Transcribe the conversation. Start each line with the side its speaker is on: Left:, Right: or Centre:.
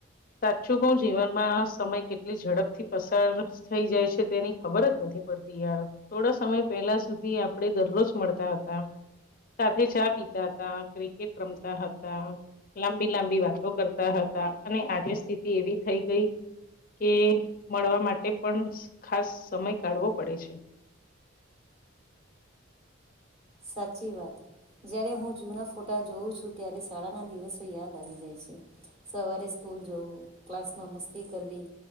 Left: સાચું કહુ જીવનમાં સમય કેટલી ઝડપથી પસાર થઈ જાય છે તેની ખબર જ નથી પડતી યાર. થોડા સમય પહેલા સુધી આપણે દરરોજ મળતા હતા. સાથે ચા પીતા હતા ક્રિકેટ રમતા હતા લાંબી લાંબી વાતો કરતા હતા અને આજે સ્થિતિ એવી થઈ ગઈ કે મળવા માટે પણ ખાસ સમય કાઢવો પડે છે.
Right: સાચી વાત. જ્યારે હું જૂના ફોટા જોઉં છું ત્યારે શાળાના દિવસો યાદ આવી જાય છે. સવારે સ્કૂલ જવું ક્લાસમાં મસ્તી કરવી